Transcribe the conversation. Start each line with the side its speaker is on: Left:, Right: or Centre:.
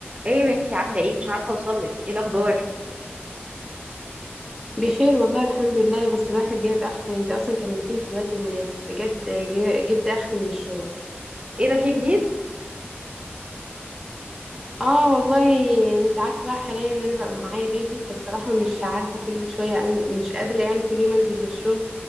Right: ايه يا بنتي عامله ايه مش عارفه اوصلك ايه الاخبار
Centre: بخير والله الحمد لله بس الواحد جايب اخره انت اصلا كلمتني في الوقت المناسب بجد جي- جبت اخر من الشغل
Right: ايه ده في جديد
Centre: اه والله انت عارفه بقى حاليا ان انا بقى معايا بيبي فالصراحه مش عارفه كل شويه أن... مش قادره يعني كل يوم انزل للشغل